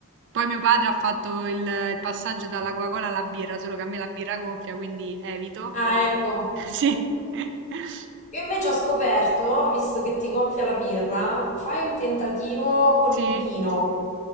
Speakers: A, on the right; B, on the left.
A: Poi mio padre ha fatto il, il passaggio dalla Coca-Cola alla birra, solo che a me la birra gonfia, quindi evito.
B: Ah,
A: <laughs>
B: ecco.
A: Sì, <laughs>
B: Io invece ho scoperto, visto che ti gonfia la birra, fai un tentativo con
A: sì,
B: il vino.